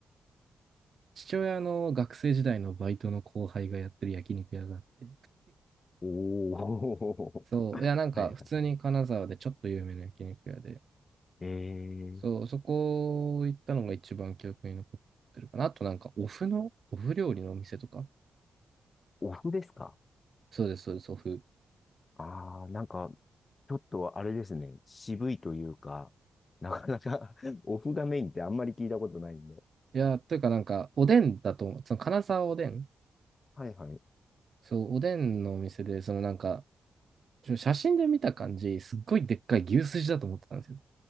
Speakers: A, on the right (about 45°); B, on the left (about 25°).
A: 父親の学生時代のバイトの後輩がやってる焼肉屋があって、
B: おー、
A: そう、
B: <laughs>
A: いや、なんか、
B: はいはい。
A: 普通に金沢でちょっと有名な焼肉屋で、
B: えー、
A: そう、そこ行ったのが一番記憶に残ってるかな。あと、なんか、お麩の、お麩料理のお店とか。
B: お麩ですか
A: そうです、そうです、お麩。
B: あー、なんか、ちょっとあれですね。渋いというか、なかなか <laughs> お麩がメインってあんまり聞いたことないんで。
A: いや、というか、なんか、おでんだと思う。その金沢おでん。
B: はいはい。
A: そう、おでんのお店で、そのなんか、ちょ写真で見た感じ、すっごいでっかい牛すじだと思ってたんですよ。